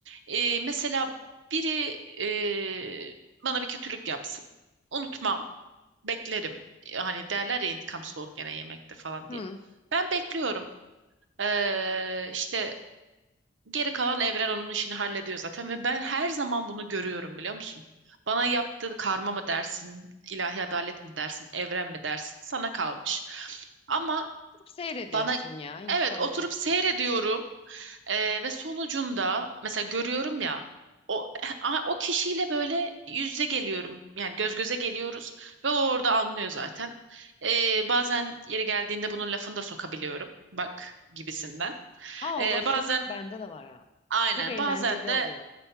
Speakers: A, on the right; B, on the left.
A: Ee, mesela biri e, bana bir kötülük yapsın. Unutmam, beklerim. E, Hani derler ya intikam soğuk gene yemektir falan
B: Hı.
A: diye. Ben bekliyorum. Ee, işte Geri kalan evren onun işini hallediyor zaten ve ben her zaman bunu görüyorum biliyor musun? Bana yaptığı karma mı dersin, ilahi adalet mi dersin, evren mi dersin? Sana kalmış. Ama
B: Durup seyrediyorsun
A: bana
B: ya intikam
A: evet oturup
B: olarak.
A: seyrediyorum Ee, ve sonucunda mesela görüyorum ya o a- o kişiyle böyle yüzde geliyorum yani göz göze geliyoruz ve o orada anlıyor zaten. Ee, bazen yeri geldiğinde bunun lafını da sokabiliyorum bak gibisinden.
B: Aa
A: Ee,
B: o laf
A: bazen
B: sokmak bende de var ha.
A: Aynen.
B: Çok eğlenceli
A: Bazen de
B: oluyor.